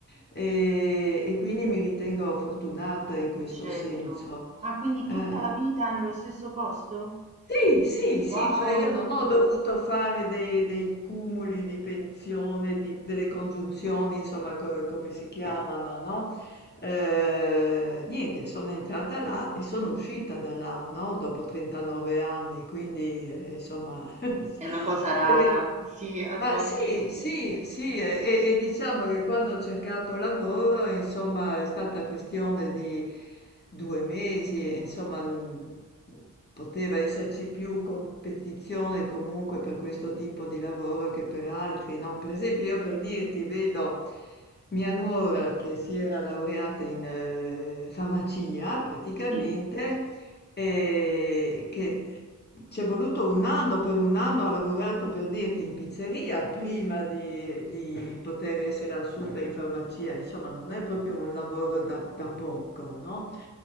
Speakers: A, on the left (about 30°); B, on the right (about 20°).
A: E, e quindi mi ritengo fortunata in questo
B: certo.
A: senso.
B: Ah, quindi
A: Eh,
B: tutta
A: eh.
B: la vita nello stesso posto?
A: Sì, sì, sì,
B: Wow!
A: cioè io non ho dovuto fare dei, dei cumuli di pensione, di- delle congiunzioni, insomma, co- come si chiamano, no? Eh, niente, sono entrata là e sono uscita da là, no? Dopo 39 anni, quindi, eh, insomma, <laughs>
B: È una cosa rara,
A: perché
B: sì, attualmente.
A: ma sì, sì, sì, e, e- e diciamo che quando ho cercato lavoro, insomma, è stata questione di due mesi, e, insomma, mh, poteva esserci più competizione comunque per questo tipo di lavoro che per altri, no? Per esempio, io per dirti, vedo mia nuora che si era laureata in eh, farmacia praticamente
B: Sì.
A: ehm, che ci è voluto 1 anno, per 1 anno ha lavorato per dirti in pizzeria prima di di poter essere assunta in farmacia, insomma non è proprio un lavoro da da poco, no,